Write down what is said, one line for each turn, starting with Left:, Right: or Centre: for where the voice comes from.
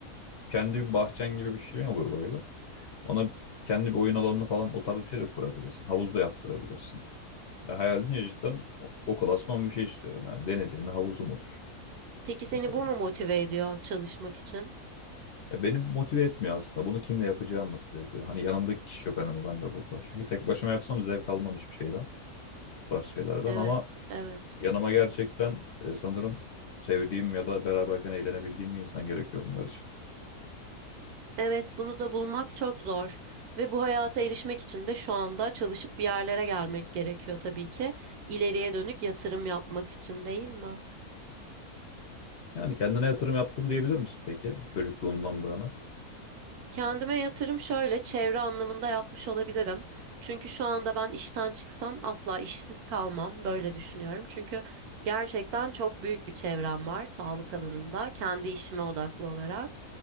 Left: kendi bir bahçen gibi bir şeyin olur böyle. Ona kendi bir oyun alanını falan o tarz bir şey de kurabilirsin. Havuz da yaptırabilirsin. Ya hayal edince cidden o o klasman bir şey istiyorum yani. Deniz yerine havuzum olur
Right: Peki seni
Left: mesela.
Right: bu mu motive ediyor çalışmak için?
Left: Ya beni motive etmiyor aslında. Bunu kimle yapacağım motive ediyor. Hani yanımdaki kişi yok önemli ben de burada. Çünkü tek başıma yapsam zevk almam hiçbir şeyden. Bu tarz şeylerden
Right: Evet,
Left: ama
Right: evet.
Left: yanıma gerçekten e, sanırım sevdiğim ya da beraberken eğlenebildiğim bir insan gerekiyor bunlar için.
Right: Evet, bunu da bulmak çok zor ve bu hayata erişmek için de şu anda çalışıp bir yerlere gelmek gerekiyor tabii ki. İleriye dönük yatırım yapmak için değil mi?
Left: Yani kendine yatırım yaptım diyebilir misin peki çocukluğundan bu yana?
Right: Kendime yatırım şöyle çevre anlamında yapmış olabilirim. Çünkü şu anda ben işten çıksam asla işsiz kalmam böyle düşünüyorum. Çünkü gerçekten çok büyük bir çevrem var sağlık alanında kendi işime odaklı olarak.